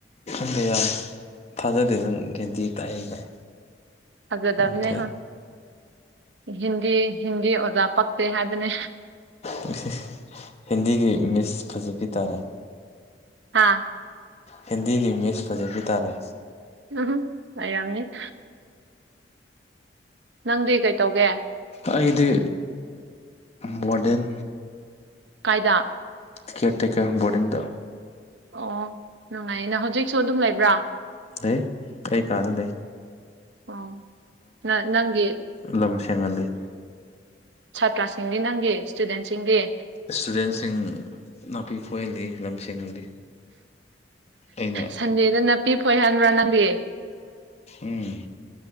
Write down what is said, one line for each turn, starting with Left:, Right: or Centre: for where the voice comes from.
Left: ꯈꯪꯗꯦ ꯌꯥꯝ ꯊꯥꯖꯗꯦ ꯅꯪ ꯒꯦꯟꯗꯤ ꯇꯥꯛꯑꯦ ꯀꯥꯏ꯫
Right: ꯊꯖꯗꯕꯅꯦ
Left: ꯌꯥꯝ ꯐꯩ
Right: ꯍꯥ꯫ ꯍꯤꯟꯗꯤ ꯍꯤꯟꯗꯤ ꯑꯣꯖꯥ ꯄꯛꯇꯦ ꯍꯥꯏꯕꯅꯦ꯫
Left: <unintelligible> ꯍꯤꯟꯗꯤꯒꯤ ꯃꯤꯁ ꯐꯖꯕꯤ ꯇꯥꯔꯦ꯫
Right: ꯑꯥ꯫
Left: ꯍꯤꯟꯗꯤꯒꯤ ꯃꯤꯁ ꯐꯖꯕꯤ ꯇꯥꯔꯦ꯫
Right: <unintelligible> ꯑꯩꯔꯝꯅꯤ꯫ ꯅꯪꯗꯤ ꯀꯩꯇꯧꯒꯦ꯫
Left: ꯑꯩꯗꯤ ꯋꯥꯔꯗꯦꯟ꯫
Right: ꯀꯥꯏꯗꯥ꯫
Left: ꯀꯦꯔ ꯇꯦꯀꯔ ꯕꯣꯔꯗꯤꯡꯗ꯫
Right: ꯑꯣ ꯅꯨꯡꯉꯥꯏꯌꯦ ꯅ ꯍꯧꯖꯤꯛꯁꯨ ꯑꯗꯨꯝ ꯂꯩꯕ꯭ꯔꯥ꯫
Left: ꯂꯩ ꯑꯩ ꯀꯥꯗ
Right: ꯎꯝ.
Left: ꯂꯩ꯫
Right: ꯑꯣ ꯅ ꯅꯪꯒꯤ
Left: ꯂꯨꯝ ꯁꯦꯡꯍꯜꯂꯤ꯫
Right: ꯁꯥꯇ꯭ꯔꯥꯁꯤꯡꯗꯤ ꯅꯪꯒꯤ꯫ ꯁ꯭ꯇꯨꯗꯦꯟꯁꯤꯡꯗꯤ꯫
Left: ꯏꯁ꯭ꯇꯨꯗꯦꯟꯁꯤꯡ ꯅꯥꯄꯤ ꯐꯣꯏꯍꯜꯂꯤ ꯂꯝ ꯁꯦꯡꯍꯜꯂꯤ꯫ ꯑꯩꯅ
Right: ꯁꯟꯗꯦꯗ ꯅꯥꯄꯤ ꯐꯣꯏꯍꯟꯕ꯭ꯔꯥ ꯅꯪꯗꯤ꯫
Left: ꯎꯝ